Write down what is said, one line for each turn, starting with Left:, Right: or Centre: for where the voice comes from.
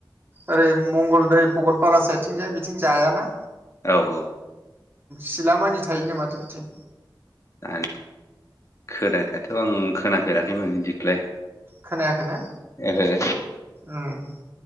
Right: ओरै मंगलदै भकतपारा साइथिंजाय बिथिं जायाना।
Left: औ औ।
Right: सिला मानि थायोनो माथो बिथिं।
Left: आ खोनानायाथ आं खोनाफेराखैमोन बिदिखौलाय।
Right: खोनाया खैना
Left: ओहो
Right: उम।